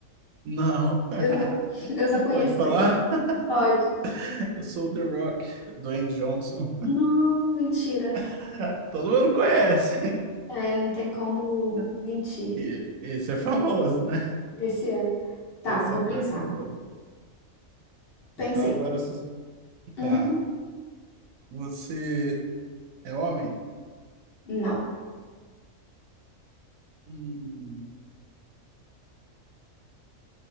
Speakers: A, on the right; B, on the left.
A: não. <laughs>
B: Eu só, <laughs> eu só conheço
A: Pode falar?
B: ele.
A: <laughs>
B: Pode.
A: Eu sou o The Rock, Dwayne Johnson.
B: Não, mentira.
A: <laughs> Todo mundo conhece.
B: É, não tem como
A: <laughs>
B: mentir.
A: E- Esse é famoso, né?
B: Esse é. Tá,
A: Esse
B: vou
A: ator
B: pensar.
A: é famoso.
B: Pensei.
A: Então agora você. Tá.
B: Uhum.
A: Você é homem?
B: Não.
A: Hum.